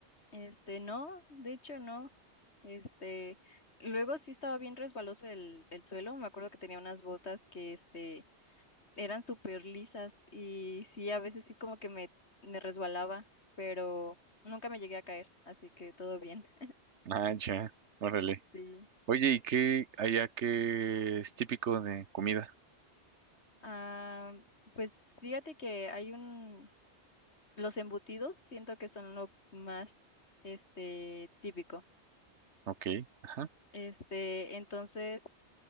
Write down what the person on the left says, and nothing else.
Este, no, de hecho no. Este, luego sí estaba bien resbaloso el, el suelo. Me acuerdo que tenía unas botas que, este, eran súper lisas y sí, a veces sí como que me, me resbalaba, pero nunca me llegué a caer, así que todo bien. <laughs>
Sí.
Ah, pues fíjate que hay un, los embutidos siento que son lo más, este, típico.
Este, entonces,